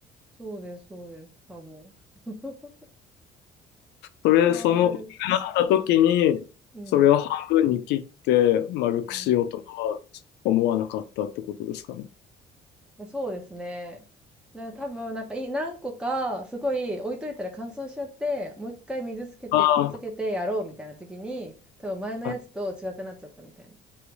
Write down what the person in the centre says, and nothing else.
そうです、そうです。多分。<laughs>
ああ、覚えてる
うん。
うん。そうですね。な多分、なんかい、何個か、すごい置いといたら乾燥しちゃって、もう一回水つけて、
くっつけてやろうみたいな時に、多分前のやつと違くなっちゃったみたいな。